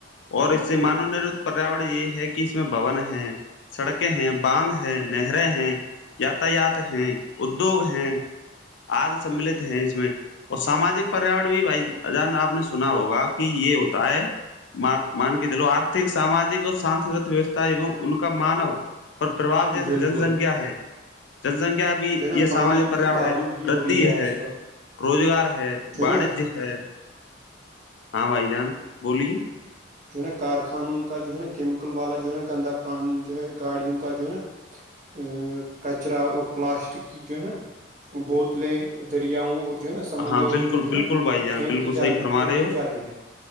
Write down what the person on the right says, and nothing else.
ہے
بالکل
جو ہے نا
پانی
کی آلودگی
ہو رہی آج
کل
جو
نا
جو ہے نا کارخانوں کا جو ہے نا کیمیکل والا جو ہے نا گندا پانی جو ہے گاڑیوں کا جو ہے نا ا کچرا اور پلاسٹک کی جو ہے نا بوتلیں دریاؤں اور جو ہے نا سمندروں
میں جو
ہے نا
پھینکتی
ج
پھینک
دی جاتی ہے